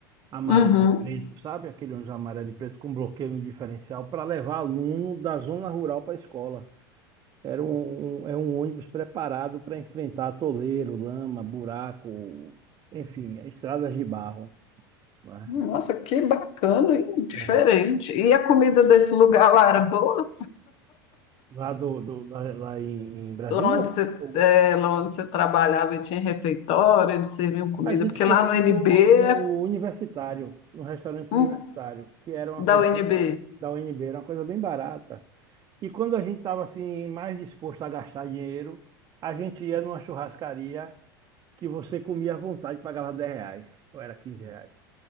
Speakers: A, on the right; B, on the left.
A: amarelo
B: Uhum.
A: e preto, sabe? Aquele ônibus amarelo e preto com bloqueio no diferencial para levar aluno da zona rural para a escola. Era um, um- é um ônibus preparado para enfrentar atoleiro, lama, buraco, enfim, estradas de barro, né?
B: Nossa, que bacana, hein? Diferente.
A: É,
B: E a comida desse lugar lá era boa?
A: lá do, do- lá, lá em, em Brasília,
B: Lá onde você,
A: o-
B: é, lá onde você trabalhava e tinha refeitório, eles serviam comida?
A: a gente
B: Porque
A: comia
B: lá no NB
A: no, no
B: é
A: universitário, no restaurante
B: hum,
A: universitário, que era uma
B: da
A: coisa
B: UNB.
A: bem, da UNB, era uma coisa bem barata. E quando a gente estava assim mais disposto a gastar dinheiro, a gente ia numa churrascaria que você comia à vontade, pagava 10 reais, ou era 15 reais.